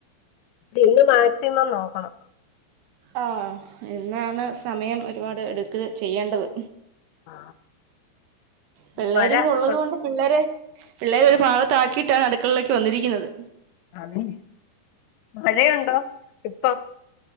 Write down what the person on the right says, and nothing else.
ആ എന്നാണ് സമയം ഒരുപാട് എടുക്ക ചെയ്യേണ്ടത്.
പിെള്ളേരും
കൂ ഉള്ളത്
കൊൊണ്ട്. പിള്ളേരെ പിള്ളേ ഒരു ഭാഗത്ത ആാക്കിയിട്ടാണ് അടുക്കളയിലേക്ക് വന്നിരിക്കുന്നത്.